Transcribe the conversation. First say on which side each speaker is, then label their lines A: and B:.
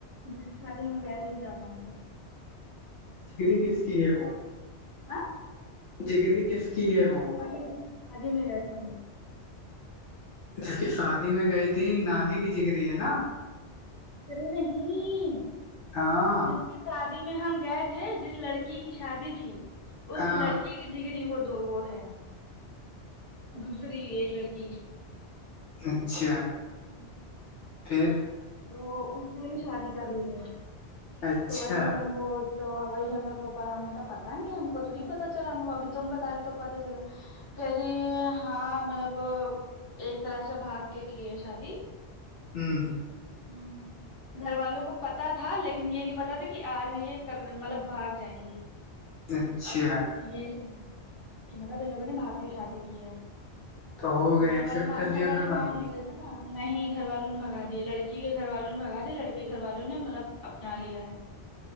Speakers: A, on the left; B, on the left.
A: جیسے شادی ہ گئے رہے حجاب بن کے
B: چکری کس کی ہے وہ
A: ہاں
B: جگری کس کی ہے وہ
A: وہ ج کی شادی میں گئے تھے ہم لوگ
B: جس کی شادی میں گئی تھی نانی کی جگری ہے نا
A: ارے نہیں
B: ہاں
A: جس شادی میں ہم گئے تھے جس لڑکی کی شادی تھی اس
B: ہاں
A: لڑکی ٹھیک جگری وہ دو وہ ہے دوسری ایک لڑکی
B: اچھا
A: ہممم
B: پھر
A: تو اس نے بھی شادی کر لی ہے
B: اچھا
A: تو وہی ہم کو تو وہی ہم لوگ کو ہم نے کا پتاہ نہیں ہے ہم کو تو نہیں پتا چلا ہم کو ابھی تم بتا رہے تو پتا چلا کری ہے ہاں مطلب ایک طرح سے بھاگ کے کی ہے شادی
B: ہمم
A: ہ گھر والوں کو پتا تھا لیکن یہ نہیں پتا تھا کہ آج یہ کر مطلب بھاگ جائیں گی
B: اچھا
A: یہ سین تھا کہ مطلب ان لوگوں نے بھاگ کے شادی کی ہے
B: تو ہو گیا
A: گھر
B: ایکسپٹ
A: والے
B: کر لیا
A: گھر والے
B: والوں
A: مان
B: نے
A: نہیں رہتے ہے نا نہیں گھر والوں نے بھگا دیا لڑکی کے گھر والوں نے بگا دیا لڑکے کے گھر والوں نے مطلب اپنا لیا ہے